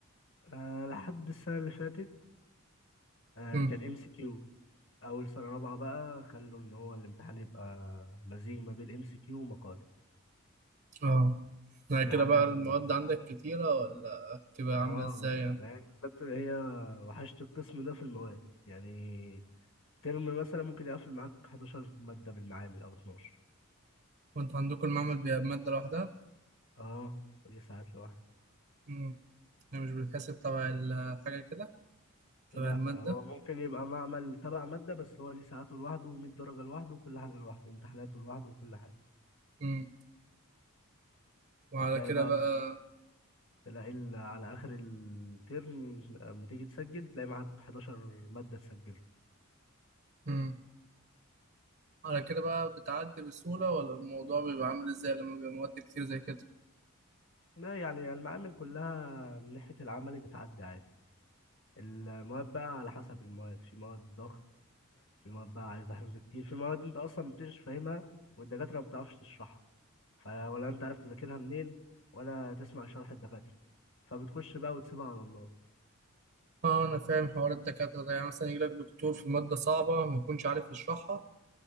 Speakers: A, on the left (about 60°); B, on the right (about 45°).
A: أه لحد السنة اللي فاتت أه
B: مم.
A: كان ام سي كيو أول سنة رابعة بقى خلوا إن هو الامتحان يبقى مزيج ما بين ام سي كيو ومقالي
B: أه يعني
A: دي
B: كده
A: حاجة
B: بقى
A: يعني
B: المواد عندك كتيرة ولا بتبقى
A: اه
B: عاملة إزاي يعني؟
A: يعني بالذات هي وحشت القسم ده في المواد يعني ترم مثلا ممكن يقفل معاك 11 مادة بالمعامل أو 12
B: وأنت عندكم المعمل بيبقى بمادة لوحدها؟
A: اه ودي ساعات لوحدها
B: مم. يعني مش بتحسب تبع الحاجة كده؟ تبع
A: لا
B: المادة
A: هو ممكن يبقى معمل تبع مادة بس هو ليه ساعاته لوحده و100 درجة لوحده وكل حاجة لوحده وامتحاناته لوحده وكل حاجة
B: مم. وعلى
A: هتلاقي
B: كده
A: بقى
B: بقى
A: تلاقي ال- على آخر الترم لما تيجي تسجل تلاقي معاك 11 مادة تسجله
B: مم. على كده بقى بتعدي بسهولة ولا الموضوع بيبقى عامل ازاي لما بيبقى مواد كتير زي كده
A: لا يعني المعامل كلها من ناحية العملي بتعدي عادي المواد بقى على حسب المواد في مواد ضغط في مواد بقى عايزة حفظ كتير في مواد انت اصلا مبتبقاش فاهمها والدكاترة ما بتعرفش تشرحها فولا انت عارف تذاكرها منين ولا تسمع شرح الدكاترة فبتخش بقى وتسيبها على الله
B: اه انا فاهم حوار الدكاترة ده يعني مثلا يجيلك دكتور في مادة صعبة ما يكونش عارف يشرحها